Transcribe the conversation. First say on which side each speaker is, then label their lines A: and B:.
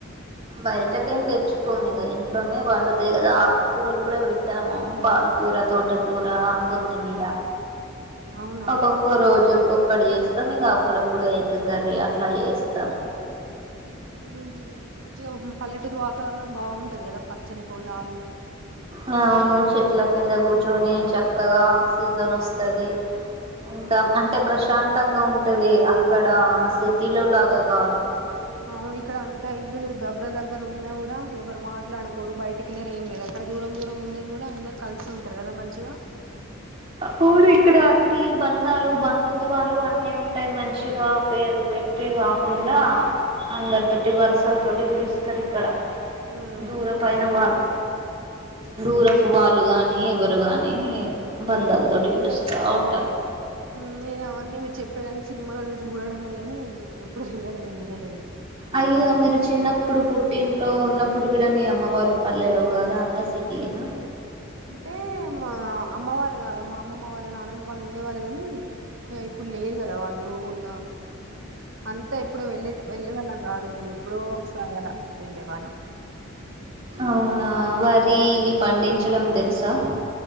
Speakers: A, on the right (about 30°); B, on the right (about 65°).
A: బయటకేం తెచ్చుకోము ఇంగా ఇంట్లోనే పండుతాయి గదా ఆకుకూరలు కూడా పెట్టాము పాలకూర తోటకూర కొత్తిమీర
B: అవునా
A: ఒక్కొక్కో రోజు ఒక్కక్క అక్కడ చేస్తాం ఇగా అప్పుడప్పుడు ఎగ్ కర్రీ అట్లా చేస్తాము
B: ఉ మంచిగా పల్లెటూరు వాతావరణం బాగుంటది గదా పచ్చని పొలాలు
A: అ అవును చెట్ల కింద కూర్చొని చక్కగా ఆక్సిజన్ వస్తది ఇంకా అంటే ప్రశాంతంగా ఉం ఉంటది అక్కడ ఆ సిటీ లో లాగా గాదు
B: అవును ఇక్కడ అంతా ఇల్లులు దగ్గర దగ్గర ఉన్నా గూడా ఎవరు మాట్లాడుకోరు బయటికి వెళ్లరు ఏం లేదు అక్కడ దూరం దూరం ఉండ గూడా అందరు కలిసి ఉంటారు గదా మంచిగా
A: పూరి ఇక్కడ అన్ని బంద్ బందాలు బంధుత్వాలు అన్ని ఉ అంటే మంచిగా పేరు పెట్టి కాకుండా అందరి తోటి వరుసల తోటి పిలుస్తరు ఇక్కడ
B: ఉమ్,
A: దూరపైనా
B: ఇక్కడ ఏమైనా
A: వాళ్ళు దూరం వాళ్ళు గాని, ఎవరు గాని బంధాల తోటి పిలుస్తా ఉంటారు.
B: మ్ నేను అవన్నీ మీరు చెప్పేదన్ని సినిమాలలో చూడడమే గాని ఎప్పుడు రియల్ గా చూడలేదు.
A: అయ్యే మీరు చిన్నప్పుడు పుట్టింట్లో ఉన్నప్పుడు గూడా మీ అమ్మ వాళ్ళు పల్లెలో గాదా అంత సిటీయేనా
B: అంటే మా అమ్మ వాళ్ళు గాదు మా అమ్మమ్మ వాళ్ళు నానమ్మ వాళ్ళు ఉండే వాళ్ళు కాని ఇప్పుడు లేరు కదా వాళ్ళు. ఇగ అంతా ఎప్పుడో వెళ్ళే వెళ్ళే వాళ్ళం కాదు మేము ఎప్పుడో ఒకసారి అలా వెళ్ళే వాళ్ళం.
A: అవునా వరి ఇవి పండించడం తెలుసా